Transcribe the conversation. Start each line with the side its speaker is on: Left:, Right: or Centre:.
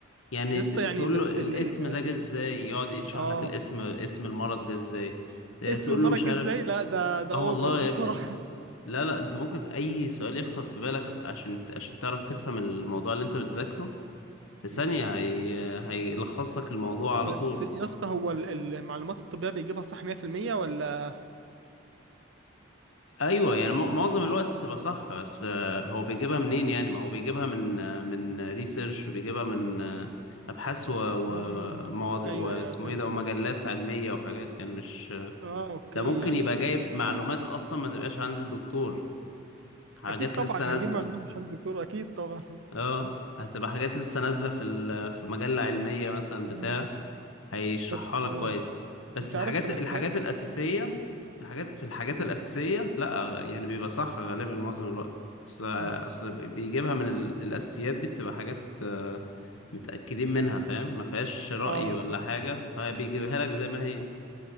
Left: يعني
Right: يا اسطى
Left: ت- تقول
Right: يعني بس
Left: له الاسم
Right: ال ال
Left: ده جه ازاي يقعد يشرح
Right: اه
Left: لك الاسم اسم المرض جه ازاي اه،
Right: اسم
Left: تقول
Right: مرج
Left: له مش عارف
Right: ازاي لا ده ده
Left: اه
Right: اوفر
Left: والله
Right: دي
Left: يا ابني
Right: صراحة
Left: لا لا انت ممكن اي سؤال يخطر في بالك عشان عشان تعرف تفهم الموضوع اللي انت بتذاكره
Right: <laughs>
Left: في ثانية
Right: امم
Left: هي... هيلخص لك الموضوع على
Right: بس
Left: طول
Right: يا اسطى هو ال- المعلومات الطبية بيجيبها صح 100% ولا
Left: ايوه يعني مع- معظم الوقت بتبقى صح بس آه، هو بيجيبها منين يعني ما هو بيجيبها من آه، من ريسيرش وبيجيبها من آه، ابحاث و- ومواضيع
Right: امم ايوه
Left: واسمه
Right: ايوه فهمتك
Left: ايه ده ومجلات علميه وحاجات يعني مش
Right: اه اوكي
Left: ده ممكن
Right: يعني
Left: يبقى جايب معلومات اصلا ما تبقاش عند الدكتور حاجات
Right: اكيد طبعا
Left: لسه نازله
Right: هجيب معلومات مش عند الدكتور اكيد طبعا <laughs>
Left: اه هتبقى حاجات لسه نازله في ال- في مجله علميه مثلا بتاع
Right: امم
Left: هيشرحها
Right: بس
Left: لك
Right: آه،
Left: كويس بس
Right: انت
Left: الحاجات
Right: عارف انا
Left: الحاجات
Right: خا
Left: الأساسية الحاجات في الحاجات
Right: مم.
Left: الأساسية لا يعني بيبقى صح غالبا معظم الوقت أصل
Right: مم.
Left: أصل بيجيبها من ال- الأساسيات دي بتبقى حاجات آه، متأكدين منها فاهم ما فيهاش رأي
Right: اه
Left: ولا حاجة فبيجيبها لك زي ما هي